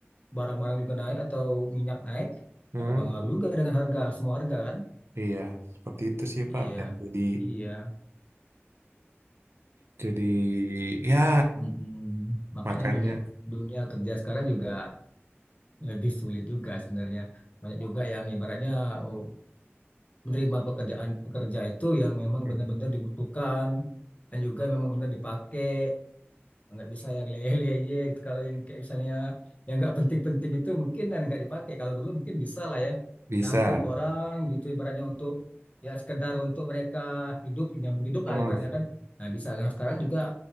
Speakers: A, on the left; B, on the right.
A: barang-barang juga naik atau minyak naik,
B: Hmm,
A: ya berpengaruh juga dengan harga semua harga kan.
B: iya, seperti itu sih Pak.
A: Iya,
B: Dan jadi
A: iya.
B: jadi ya
A: Mm-mm. Makanya
B: makanya
A: dunia dunia kerja sekarang juga lebih sulit juga sebenarnya. Banyak juga yang ibaratnya oh, menerima pekerjaan pekerja itu yang memang
B: hmm,
A: benar-benar dibutuhkan dan juga memang benar dipakai. nggak bisa yang leye-leye gitu. Kalau yang kayak misalnya yang nggak penting-penting itu mungkin dan nggak dipakai. Kalau dulu mungkin bisa lah ya
B: bisa.
A: nampung orang gitu ibaratnya untuk ya sekedar untuk mereka hidup nyambung hidup
B: Hmm,
A: lah ibaratnya kan. Nah bisa. Kalau sekarang juga